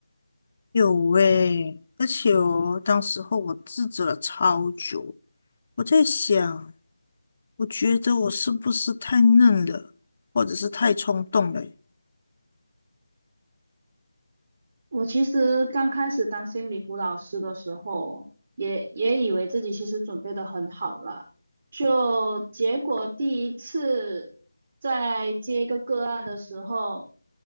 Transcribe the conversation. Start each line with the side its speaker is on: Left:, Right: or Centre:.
Left: 有喂，而且哦，当时候我自责了超久，我在想。我觉得我是不是太嫩了，或者是太冲动了欸
Right: 我其实刚开始当心理辅导师的时候，也也以为自己其实准备的很好了，就结果第一次在接一个个案的时候，